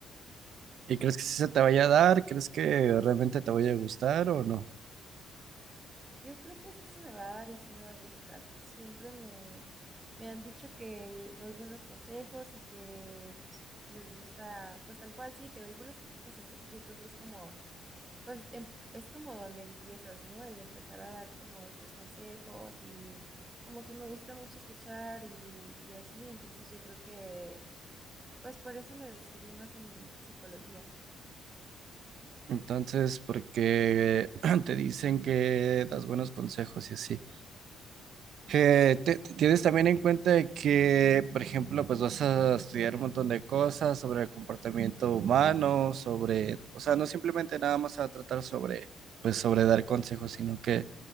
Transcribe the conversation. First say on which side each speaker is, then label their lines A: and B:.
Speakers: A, on the right; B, on the right.
A: ¿Y crees que sí se te vaya a dar? ¿Crees que realmente te vaya a gustar o no?
B: Yo creo que sí se me va a dar y sí me va a gustar. Siempre me, me han dicho que doy buenos consejos y que pues les gusta, pues tal cual sí, que doy buenos consejos, entonces yo creo que es como, pues em- es como donde empiezas, ¿no? El empezar a dar como estos consejos y como que me gusta mucho escuchar y, y así, entonces yo creo que, pues por eso me decidí más en psicología.
A: Entonces, porque <clears throat> te dicen que das buenos consejos y así. Eh, te- te- tienes también en cuenta de que, por ejemplo, pues vas a estudiar un montón de cosas sobre el comportamiento humano, sobre, o sea, no simplemente nada más a tratar sobre, pues sobre dar consejos, sino que